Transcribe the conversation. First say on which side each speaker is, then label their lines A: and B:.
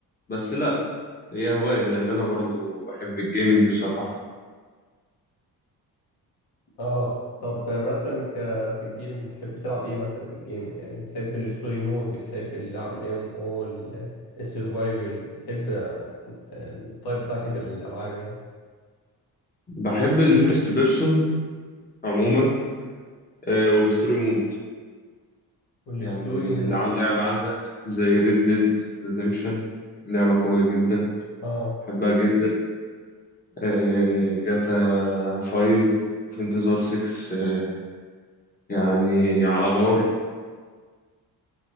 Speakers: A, on the left; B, on the left.
A: بس لا هي هواية لأن أنا برضو بحب الجيمنج بصراحة
B: اه طب مثلا ك في الجيمنج بتحب تلعب إيه مثلا في الجيمنج يعني بتحب الستوري مود بتحب اللعب ال MMO ال- السرفايفل بتحب التايب بتاعك إيه في الألعاب يعني
A: بحب الفيرست بيرسون عموما
B: مم.
A: آه، والستوري مود
B: والستوري
A: يعني
B: مود
A: اللي على اللعبة عندك زي ريد ديد ريديمشن لعبة قوية جدا
B: اه
A: بحبها جدا آه، جاتا 5 وفي انتظار 6 آه، يعني على نار